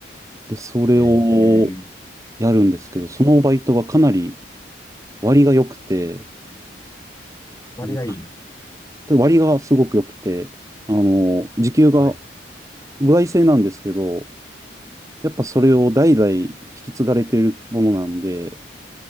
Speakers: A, on the right; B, on the left.
A: で、それを
B: えー、
A: やるんですけど、そのバイトがかなり割が良くて、
B: 割がいい。
A: うん割がすごく良くて、あの、時給が
B: はい、
A: 歩合制なんですけど、やっぱそれを代々引き継がれてるものなんで、